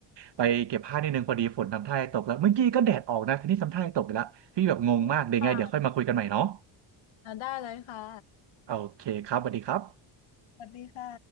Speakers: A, on the right; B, on the left.
A: ไปเก็บผ้านิดนึงพอดีฝนทำท่าจะตกแล้วเมื่อกี้ก็แดดออกนะทีนี้ทำท่าจะตกไปแล้วพี่แบบงงมากเดี๋ยวไงเดี๋ยวค่อยมาคุยกันใหม่เนาะ
B: อืมอ่าได้เลยค่ะ
A: โอเคครับสวัสดีครับ
B: สวัสดีค่ะ